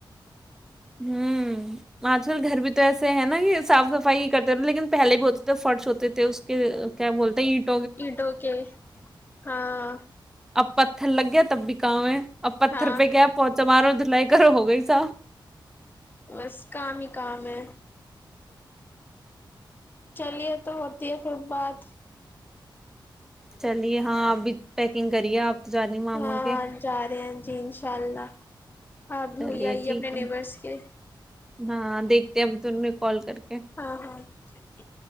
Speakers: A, in the centre; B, on the left.
A: ہوں آج کل گھر بھی تو ایسے ہیں نا کہ صاف صفائی ہی کرتے رہ لیکن پہلے بھی ہوتے تھے فرش ہوتے تھے اس کے کیا بولتےٹ
B: اٹوکے ہاں
A: اب پتھر لگیا تب بھی کا ہے اب پتھر
B: ہاں
A: پہ گیا پہنچا مارا دھ لائی گھر ہو گئی س
B: بس کام ہی کام ہے چلیے تو ہوتی ہے خھر بات
A: چلیے ہاں اپ بھی پیکنگ کریے آپ تو جانی ماما
B: ہاں
A: کے
B: جا رہے ہیں جی انشاء اللہ آپ بھی
A: چلیے
B: ہو ہی آئیے
A: ٹھیک
B: اپنے
A: ہے
B: نیبرس کے
A: ہاں دیکھتے ہیں اب تووں نے کال کر کے
B: ہاں ہاںلی اوکے